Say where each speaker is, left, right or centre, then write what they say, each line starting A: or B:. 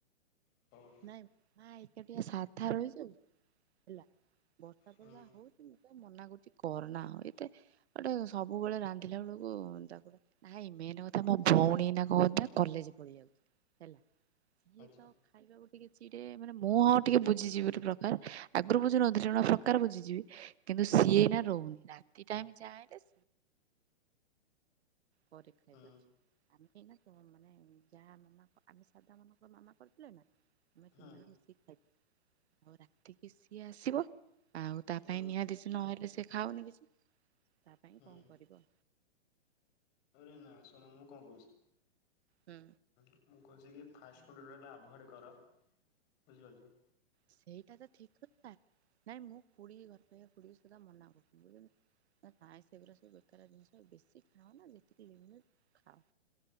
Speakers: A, on the left; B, on the right.
A: ତମର।
B: ନାଇଁ ମା ଏକାଟିଆ ସାଧା ରହିଚୁ ହେଲା ବର୍ଷାତ
A: ହୁଁ
B: ଯାହା ହଉଚି ମୁ ମନା କରୁଚି କରନା ହ ଏତେ ଗୋଟେ ସବୁବେଳେ ରାନ୍ଧିଲା ବେଳକୁ ତା ଗୁଡା ନାଇ ମେନ କଥା ମୋ ଭଉଣୀ ନା କହଥିଲା କଲେଜ ପଲେଇବାକୁ ହେଲା। ଇଏ
A: ଆଚ୍ଛା
B: ତ ଖାଇବା ଗୋଟେ ଟିକେ ଚିଡେ ମାନେ ମୁଁ ହଁ ଟିକେ ବୁଝିଯିବି ଗୋଟେ ପ୍ରକାର ଆଗରୁ ବୁଝୁନ ଥିଲି ଗୋଟେ ପ୍ରକାର ବୁଝିଯିବି କିନ୍ତୁ ସିଏ ଏଇନା ଏରହୁନି ରାତି ଟାଇମ୍ ଯାଏ ହେଲେ ପରୀ <unintelligible> କ୍ଷା
A: ହୁଁ
B: ଯାଇପାରୁଛି ଆମେ ତ ଏଇନା କ ମାନେ ଯାହା ମାନେ ଆମେ ସାଧା ମାନଙ୍କ ମାମା କରିଥିଲଥିଲେ ନା ଆମେ
A: ହୁଁ
B: ତିନ ଜଣ ମିଶିକ ଖାଇ ଆଉ ରାତିକି ସିଏ ଆସିବ। ଆଉ ତା
A: ହୁଁ।
B: ପାଇଁ ନିହାତି ସେ ନହେଲେ ସେ ଖାଉନି କିଛି, ତା ପାଇଁ
A: ହୁଁ
B: କଣ କରିବ?
A: ଆରେ ନା ଶୁଣ ମୁଁ କଣ କହୁଛି
B: ହୁଁ।
A: ମୁଁ କହୁଛି କି ଫାଷ୍ଟଫୁଡ଼ ହେଲା ଆଭୋଏଡ଼୍ କର ବୁଝିପାରୁଚ।
B: ସେଇଟା ତ ଠିକ କଥା ନାଇଁ ମୁଁ ଖୁଡିକି ଘର <unintelligible> ପାବା ଫୁଡିକି ସେଟା ମନା କରୁଥିଲି ବୁଝିଲନି। କାଇଁ ସେଗଡ଼ା ସବୁ ବେକାର ଜିନିଷ ବେଶୀ ଖାଅନା ଯେତିକି ଲିମିଟି ଖାଅ।